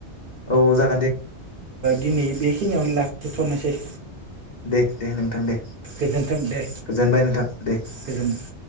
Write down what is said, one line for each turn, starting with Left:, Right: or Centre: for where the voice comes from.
Left: औ जाग
Right: दिनि बेखिनियावनो लाखिथ'नोसै
Left: दे दे नोंथां दे
Right: गोजोन्थों दे
Left: गोजोनबाय नोंथां दे।
Right: गोजोन